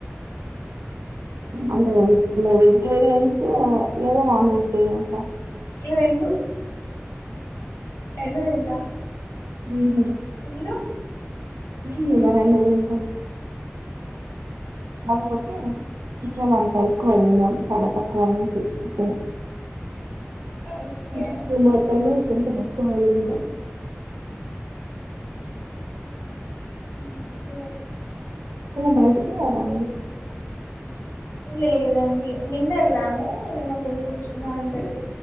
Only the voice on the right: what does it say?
అంటే వెజిటేరియన్స్ లేదా నాన్ వెజిటేరియన్సా
హమ్
మీ ఇలో రెండదింంట కాపోతే చక మ కైక్వళం తల పక్వాలం చపను
మటను కొంత నొఖ వాంట
బైటకి రా